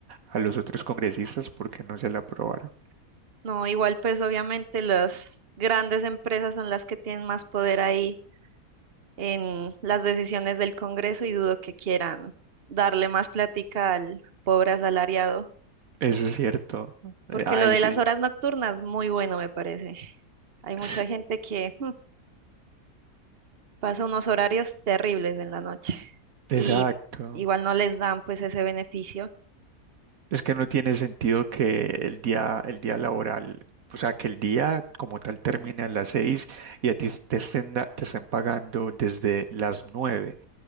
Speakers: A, on the right; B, on the right.
A: a los otros congresistas porque no se la aprobaron.
B: No, igual pues obviamente las grandes empresas son las que tienen más poder ahí en las decisiones del Congreso y dudo que quieran darle más plática al pobre asalariado,
A: Eso es cierto. Eh,
B: porque
A: Ay,
B: lo de
A: sí.
B: las horas nocturnas, muy bueno me parece. Hay mucha
A: s-
B: gente que mm, pasa unos horarios terribles en la noche
A: Exacto.
B: y igual no les dan pues ese beneficio.
A: Es que no tiene sentido que el día, el día laboral, o sea, que el día como tal termine a las seis y a ti te estén, da- te estén pagando desde las nueve.